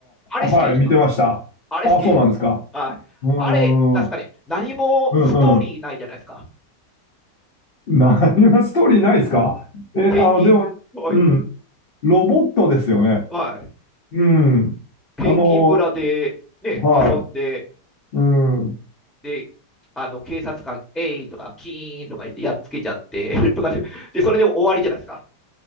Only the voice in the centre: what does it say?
あれ好きでした。
あれ好きでした。
あ、
あれ、なんですかね、何もストーリーないじゃないですか。
ペンギン、
はい、
はい。
ペンギン村で、
ね、
遊んで、
で、あの警察官、えいとか、キーンとか言ってやっつけちゃって <laughs> とかで、で、それでも終わりじゃないですか。